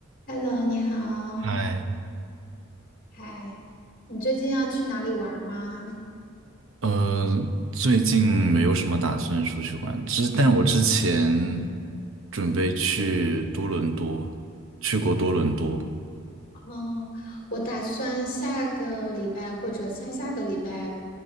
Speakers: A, on the left (about 45°); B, on the right (about 70°).
A: Hello，你好，
B: 嗨，
A: 嗨，你最近要去哪里玩吗？
B: 呃，最近没有什么打算出去玩，之但我之前准备去多伦多，去过多伦多，
A: 哦，我打算下个礼拜或者下下个礼拜